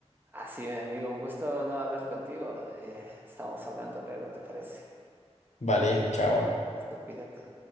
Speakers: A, on the right (about 15°); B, on the left (about 80°).
A: Así, mi amigo, un gusto no hablar contigo. Eh, estamos hablando luego, ¿te parece?
B: <laughs> Vale, chao.
A: Listo, cuídate.